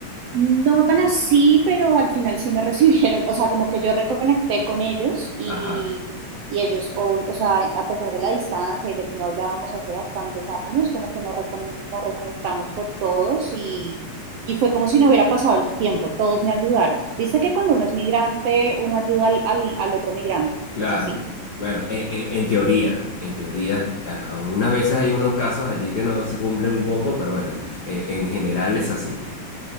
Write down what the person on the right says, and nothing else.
No tan así, pero al final sí me <laughs> recibieron, o sea, como que yo reconecté con ellos y,
y ellos, o, o sea, a pesar de la distancia y de que no hablábamos hace bastantes años, como que nos, recon- nos reconectamos con todos y, y fue como si no hubiera pasado el tiempo, todos me ayudaron. Viste que cuando uno es migrante, uno ayuda al, al al otro migrante,
es así.